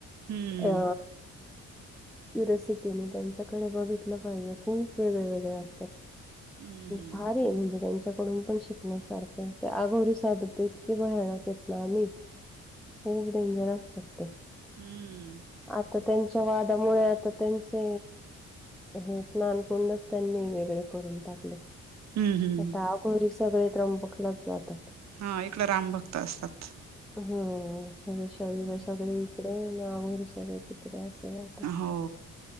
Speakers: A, on the right; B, in the centre.
A: हं,
B: अ रेस्कुने त्यांच्याकडे बघितलं पाहिजे खूप वेगळे वेगळे असतात
A: हं, हं.
B: भारीय म्हणजे त्यांच्याकडून पण शिकण्यासारखं आहे ते आगोरी असतात ते इतके भयानक आहेत ना आणि खूप डेंजर असतात ते
A: हू
B: आता त्यांच्या वादामुळे आता त्यांचे हे स्नान कुंडच त्यांनी वेगळे करून टाकलेत
A: हं, हं.
B: आता अघोरी सगळे त्रंबकलाच जातात
A: हा इकड रामभक्त असतात
B: हा सईविषा वैगरे
A: हं.
B: सगळे इकडे आणि अघोरी सगळे तिकडे असतात
A: हो